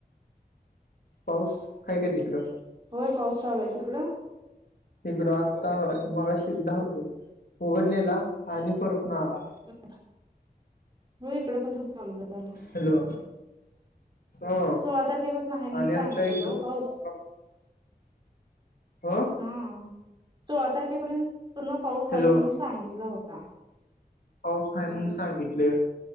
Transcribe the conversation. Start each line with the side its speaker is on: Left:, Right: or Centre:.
Left: पाऊस आहे काय तिकडं.
Right: होय पाऊस चालू हाय तिकडं.
Left: तिकड आत्ता मगाशी दहा रुपये उघडलेला आणि परत ना आता.
Right: म इकड होय ईकड पण तस चालू झालं.
Left: हॅलो. हो
Right: सोळा तारखे पासून आहे म्हणून
Left: आणि आता
Right: सांगितल
Left: एकदम
Right: होतो पाऊस.
Left: ह
Right: हम्म सोळा तारखेपर्यंत पूर्ण पाऊस
Left: हॅलो
Right: आहे म्हणून सांगितला होता.
Left: पाऊस आहे म्हणून सांगितले ही